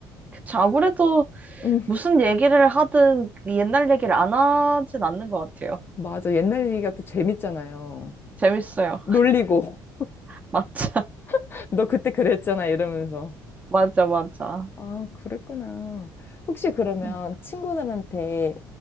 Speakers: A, on the right (about 20°); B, on the left (about 25°).
A: 그쵸. 아무래도
B: 음,
A: 무슨 얘기를 하든 그 옛날 얘기를 안 하진 않는 것 같아요.
B: 맞아. 옛날 얘기가 또 재밌잖아요.
A: 재밌어요.
B: 놀리고.
A: <laughs> 맞아,
B: <laughs> 너 그때 그랬잖아. 이러면서.
A: 맞아, 맞아.
B: 아, 그랬구나. 혹시 그러면
A: 음,
B: 친구들한테